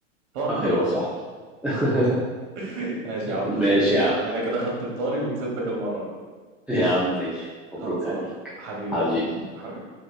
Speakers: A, on the right (about 60°); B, in the centre.
A: طارق
B: ايوه
A: يعني
B: صح <laughs>
A: <laughs> ماشي يا عم
B: ماشي يا عم
A: أنا كده خدت بطاري وكسبتك المرة دي
B: يا عم ماشي مبروك
A: خلصان
B: عليك
A: حبيبي
B: حبيبي
A: يا عم حبيبي